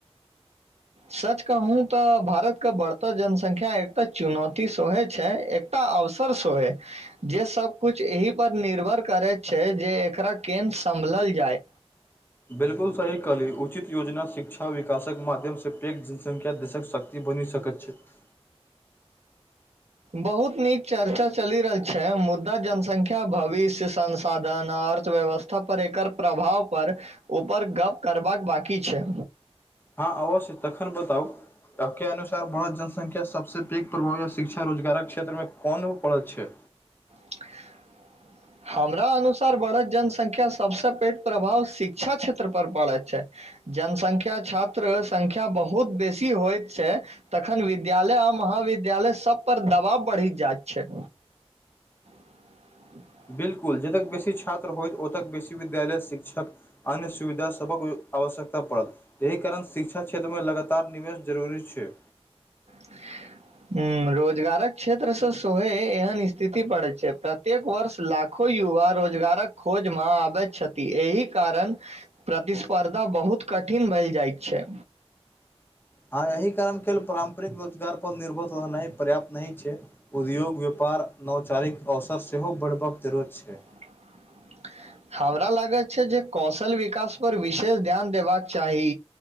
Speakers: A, on the right; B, on the left.
A: सच कहूँ तऽ भारतक बढ़त जनसंख्या एकटा चुनौती सोहे छैय एक एकटा अवसर सोहे जे सब कुछ एहि पर निर्भर करैत छैय जे एकरा केन सम्भलल जाय।
B: बिल्कुल सही कहालीई उचित योजना शिक्षा विकासक माध्यमसँ पैघ जनसङख्या दकस सक ई बुनी सकैत छैथ।
A: बहुत नीक चर्चा चलि रहल छैय मुद्दा जनसंख्या भविष्य संसाधन अर्थव्यवस्था सब एकर प्रभाव पर ऊपर गप करबाक बकी छैय।
B: हँ अवश्य तखन बताउ सब के अनुसार बढ़त जनसंख्या सबस पैघ उतपारत या शिक्षा रोजगारक क्षेत्रमे कोन उतपारत छैय।
A: <inaudible> हमरा अनुसार बढ़त जनसंख्या सबस पैघ प्रभाव शिक्षा क्षेत्र पर पड़ैत छैय। जनसंख्या छात्र संख्या बहुत बेसी होइत छैय। तखन विद्यालय आ महाविद्यालय सब पर दबाव बढ़ी जाइत छैय। <inaudible>
B: बिलकुल जतेक बेसी छात्र होइ ओतक बेसी विद्यालय शिक्षक अन्य सुविधासभक आवश्यकता पड़त। एहि कारण शिक्षा क्षेत्रमे लगातार निवेश जरूरी छैय।
A: <inaudible> हुँ रोजगारक क्षेत्र से सोहे एहन स्थिति पड़ैत छै प्रत्येक वर्ष लाख लखो युव रोजगारक खोजमे आबेत छथि एहि कारण प्रतिस्पर्धा बहुत कठिन भेल जाइत छै
B: हँ एहि कारणके लेल पारम्परिक रोजगारपर निर्भर रहनाइ पर्याप्त नहि छै उद्योग व्यापार नवचारिक अवसर सेहो बढ़बाक जरूरत छै
A: <inaudible> हमरा लागैत छै जे कौशल विकास पर विशेष ध्यान देबाक चाही